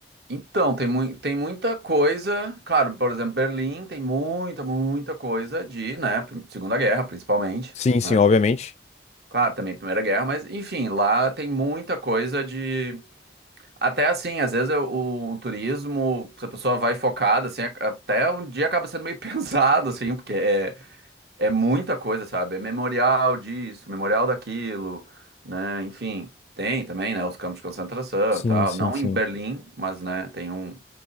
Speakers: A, on the right; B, on the left.
A: Então, tem, mui- tem muita coisa. Claro, por exemplo, Berlim tem muita, muita coisa de, né? prim- Segunda Guerra, principalmente.
B: Sim,
A: né?
B: sim, obviamente.
A: Claro, também Primeira Guerra, mas enfim, lá tem muita coisa de. Até assim, às vezes eu- o, turismo, se a pessoa vai focada, assim, a- até um dia acaba sendo meio <laughs> pesado, assim, porque é, é muita coisa, sabe? É memorial disso, memorial daquilo, né? Enfim, tem também, né? Os campos de concentração
B: Sim,
A: e tal.
B: sim,
A: Não
B: sim.
A: em Berlim, mas, né, tem um